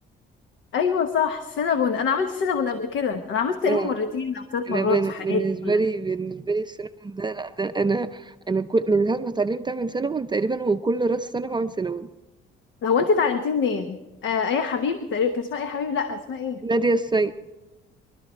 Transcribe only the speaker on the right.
آه،
انا بن-
بالنسبه
لي بالنسبه لي السينابون ده لا ده انا انا كل من ساعه ما اتعلمت اعمل سينابون تقريبا وكل راس سنه بعمل سينابون
نادية السيد